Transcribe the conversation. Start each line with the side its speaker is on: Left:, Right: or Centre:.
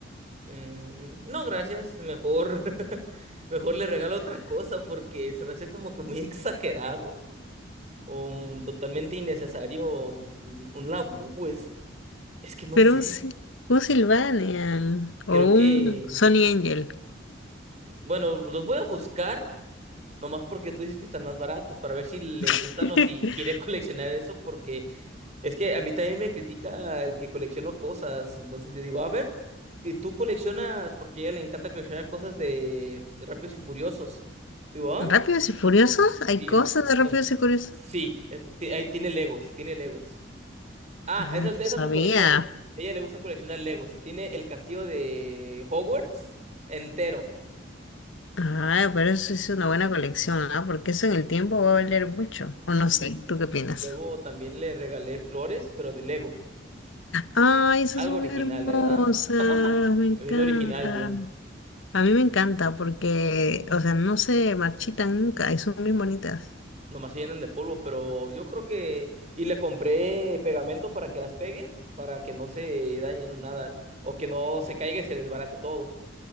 Right: Mm, no, gracias. Mejor, <laughs> mejor le regalo otra cosa porque se me hace como que muy exagerado o un- totalmente innecesario un, un labú. Es, es que no
Left: Pero
Right: sé.
Left: un, Sil- un Sylvanian
Right: Creo
Left: o un
Right: que,
Left: Sony Angel.
Right: bueno, los voy a buscar nomás porque tú dices que están más baratos para ver si le
Left: <laughs>
Right: gustan o si quiere <laughs> coleccionar eso porque es que a mí también me critica el que colecciono cosas. Entonces yo digo, a ver, ¿y tú coleccionas? Porque a ella le encanta coleccionar cosas de Rápidos y Furiosos. Digo, ah.
Left: ¿Rápidos y Furiosos? ¿Hay
Right: Sí,
Left: cosas
Right: es,
Left: de Rápidos
Right: es-
Left: y Furiosos?
Right: sí, eh, ti- ahí tiene Legos, tiene Legos. Ah,
Left: Ah, no
Right: esa es, esa
Left: sabía.
Right: es su colección. Ella le gusta coleccionar Legos. Tiene el castillo de Hogwarts entero.
Left: Ah, pero eso es una buena colección, ¿ah? Porque eso en el tiempo va a valer mucho. O no
Right: Sí,
Left: sé, ¿tú qué opinas?
Right: y luego también le regalé flores, pero de Lego.
Left: Ay, esas
Right: Algo
Left: son
Right: original,
Left: hermosas,
Right: ¿eh, ¿verdad? <laughs>
Left: me encantan.
Right: Bien original yo.
Left: A mí me encanta porque, o sea, no se marchitan nunca y son bien bonitas.
Right: Nomás se llenan de polvo, pero yo creo que... Y le compré pegamento para que las pegue, para que no se dañen o nada, o que no se caiga y se desbarate todo.